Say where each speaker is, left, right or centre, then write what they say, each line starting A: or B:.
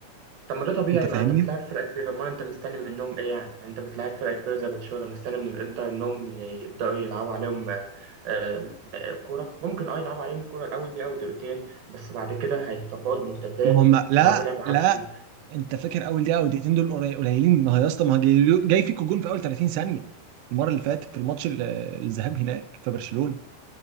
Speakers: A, on the right; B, on the right.
A: طب ما ده طبيعي
B: انت
A: ما
B: فاهمني؟
A: انت بتلاعب فرقه كبيره امال انت مستني منهم ايه يعني يعني انت بتلاعب فرقه كبيره زي برشلونه مستني من الانتر انهم ي- يبداوا يلعبوا عليهم آه، كورة ممكن اه يلعبوا عليهم الكورة الأول دقيقة أو دقيقتين بس بعد كده هيطبقوا المرتدات
B: هم لا
A: ويلعبوا لعب عكسي
B: لا انت فاكر اول دقيقه او دقيقتين دول قليل- قليلين ما هو يا اسطى ما هو جاي, جاي فيكوا جون في اول 30 ثانيه المره اللي فاتت في الماتش ال- الذهاب هناك في برشلونه